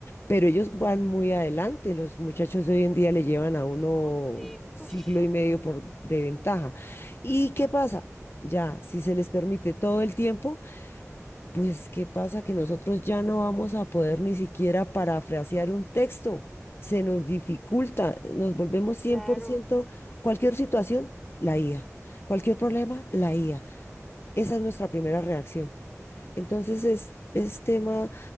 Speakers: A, on the left; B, in the centre.
A: pero ellos van muy adelante, los muchachos de hoy en día le llevan a uno
B: Ah, sí,
A: siglo
B: ush,
A: y
B: <laughs>
A: medio por, de ventaja. ¿Y qué pasa? Ya, si se les permite todo el tiempo, pues ¿qué pasa? Que nosotros ya no vamos a poder ni siquiera parafrasear un texto. Se nos dificulta, nos volvemos cien
B: claro,
A: por ciento cualquier situación, la IA. Cualquier problema, la IA. Esa es nuestra primera reacción. Entonces es, es tema